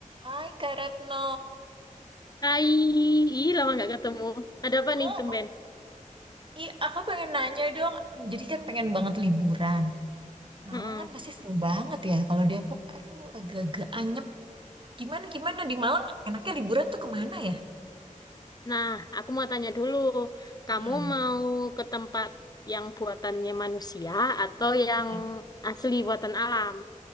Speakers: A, on the right; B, on the left.
A: Hai Kak Retno,
B: Hai, ih lama nggak ketemu. Ada apa
A: oh
B: nih, tumben?
A: iya aku pengen nanya dong. Jadi kan pengen banget liburan. Malang
B: Mm-mm.
A: kan pasti seru banget ya. Kalau Depok, aduh agak-agak anyep. Gimana gimana di Malang enaknya liburan tuh kemana ya?
B: Nah, aku mau tanya dulu, kamu
A: Hmm.
B: mau ke tempat yang buatannya manusia atau yang
A: mm.
B: asli buatan alam?